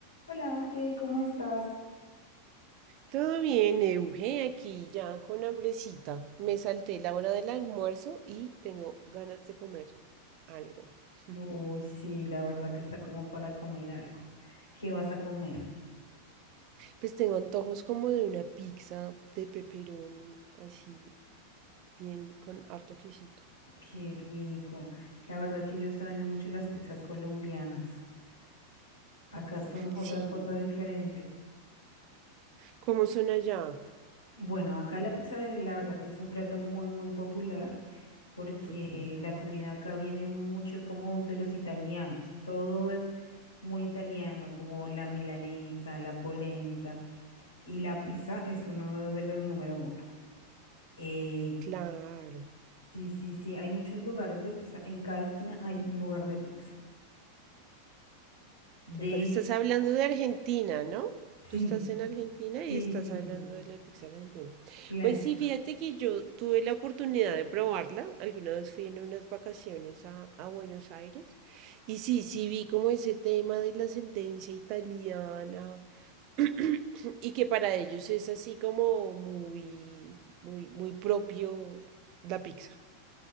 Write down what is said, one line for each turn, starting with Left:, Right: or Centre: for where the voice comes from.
Left: Hola Ángel, ¿cómo estás?
Right: Todo bien, Euge, aquí ya con hambrecita. Me salté la hora del almuerzo y tengo ganas de comer algo. <laughs>
Left: Uy, sí, la verdad que está como para comer algo. ¿Qué vas a comer?
Right: Pues tengo antojos como de una pizza de pepperoni, así, bien con harto quesito.
Left: Qué rico. La verdad que yo extraño mucho las pizzas colombianas. Acá son
Right: Sí,
Left: otra cosa diferente.
Right: ¿cómo son allá?
Left: Bueno, acá la pizza eh, la verdad que es un plato muy, muy popular porque
Right: Ujú,
Left: la comida acá viene mucho como de los italianos. Todo es muy italiano, como la milanesa, la polenta y la pizza es uno de los número uno. Eh,
Right: Claro.
Left: Sí, sí, sí, hay muchos lugares de pizza. En cada esquina hay un lugar de pizza. De
Right: Total, estás hablando de Argentina, ¿no? Tú
Left: sí,
Right: estás en Argentina y
Left: sí,
Right: estás
Left: sí,
Right: hablando
Left: sí,
Right: de la pizza argentina.
Left: claro.
Right: Pues sí, fíjate que yo tuve la oportunidad de probarla. Alguna vez fui en unas vacaciones a, a Buenos Aires. Y sí, sí vi como ese tema de la sentencia italiana <clears throat> y que para ellos es así como muy, muy, muy propio la pizza.